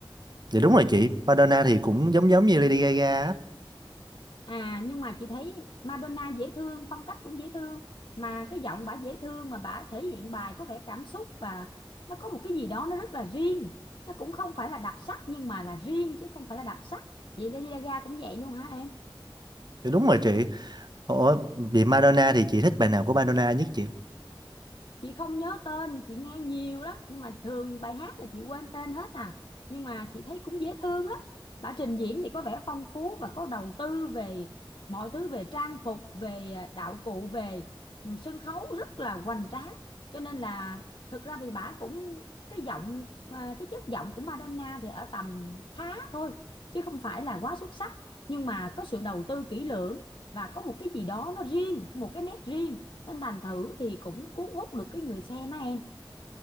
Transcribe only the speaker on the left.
À nhưng mà chị thấy Madonna dễ thương, phong cách cũng dễ thương mà cái giọng bả dễ thương mà bả thể hiện bài có vẻ cảm xúc và nó có một cái gì đó nó rất là riêng. Nó cũng không phải là đặc sắc nhưng mà là riêng chứ không phải là đặc sắc. Vậy Lady Gaga cũng vậy luôn hả em?
chị không nhớ tên chị nghe nhiều lắm nhưng mà thường bài hát là chị quên tên hết à nhưng mà chị thấy cũng dễ thương lắm bả trình diễn thì có vẻ phong phú và có đầu tư về mọi thứ về trang phục về à, đạo cụ về ừ, sân khấu rất là hoành tráng cho nên là thực ra thì bả cũng cái giọng à, cái chất giọng của Madonna thì ở tầm khá thôi chứ không phải là quá xuất sắc nhưng mà có sự đầu tư kỹ lưỡng và có một cái gì đó nó riêng một cái nét riêng nên thành thử thì cũng cuốn hút được cái người xem á em